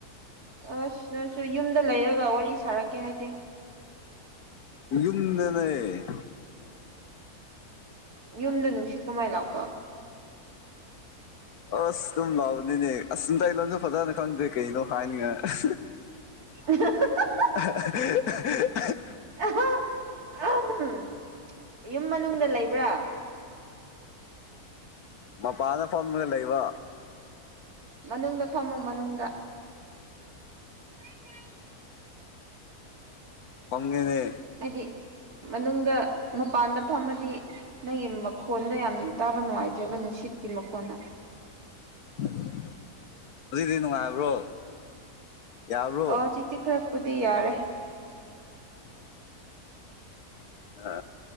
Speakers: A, on the right (about 75°); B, on the left (about 75°).
A: ꯑꯣꯁ ꯅꯪꯁꯨ ꯌꯨꯝꯗ ꯂꯩꯔꯒ ꯋꯥꯔꯤ ꯁꯥꯔꯛꯀꯦ ꯍꯥꯏꯗꯦ
B: ꯌꯨꯝꯗꯅꯦ
A: ꯌꯨꯝꯗ ꯅꯨꯡꯁꯤꯠ ꯀꯃꯥꯏ ꯂꯥꯛꯄ
B: ꯑꯁ ꯑꯗꯨꯝ ꯂꯥꯎꯕꯅꯤꯅꯦ ꯑꯁ ꯃꯩꯇꯩ ꯂꯣꯟꯁꯨ ꯐꯖꯅ ꯈꯪꯗ꯭ꯔꯦ ꯀꯩꯅꯣ ꯍꯥꯏꯅꯤꯉꯥꯏ
A: <unintelligible>
B: <unintelligible>
A: ꯑꯍꯥ ꯑꯍꯝ ꯌꯨꯨꯝ ꯃꯅꯨꯡꯗ ꯂꯩꯕ꯭ꯔꯥ
B: ꯃꯄꯥꯟꯗ ꯐꯝꯔ ꯂꯩꯕ
A: ꯃꯅꯨꯡꯗ ꯐꯝꯃꯣ ꯃꯅꯨꯡꯗ <unintelligible>
B: ꯐꯝꯒꯦꯅꯦ
A: ꯍꯥꯏꯗꯤ ꯃꯅꯨꯡꯗ ꯃꯄꯥꯟꯗ ꯐꯝꯃꯗꯤ ꯅꯪꯒꯤ ꯃꯈꯣꯟꯗ ꯌꯥꯝ ꯇꯥꯕ ꯅꯨꯡꯉꯥꯏꯇ꯭ꯔꯦꯕ ꯅꯨꯡꯁꯤꯠꯀꯤ ꯃꯈꯣꯟꯅ
B: ꯎ ꯍꯧꯖꯤꯛꯗꯤ ꯅꯨꯡꯉꯥꯏꯕ꯭ꯔꯣ ꯌꯥꯕ꯭ꯔꯣ
A: ꯑ ꯆꯖꯤꯆꯤ ꯈꯔꯛꯄꯗꯤ ꯌꯥꯔꯦ
B: ꯑ